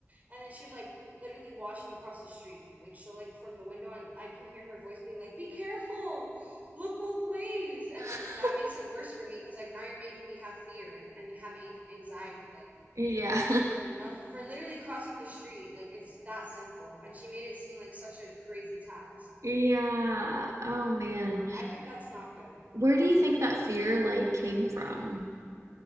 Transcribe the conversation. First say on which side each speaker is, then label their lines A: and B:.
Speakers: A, on the right (about 30°); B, on the right (about 85°).
A: And then she would like literally watch me cross the street. Like she'll like from the window and I can hear her voice being like, "Be careful. Look both ways." And
B: <laughs>
A: like that makes it worse for me because like now you're making me have fear and and have anxiety like
B: yeah.
A: for nothing for literally crossing the street. Like it's that simple. And she made it seem like such a crazy task.
B: <laughs> yeah. Oh man.
A: Yeah, no. I think that's not good.
B: Where do you
A: I
B: think
A: think
B: that
A: that's
B: fear
A: not good.
B: like came from?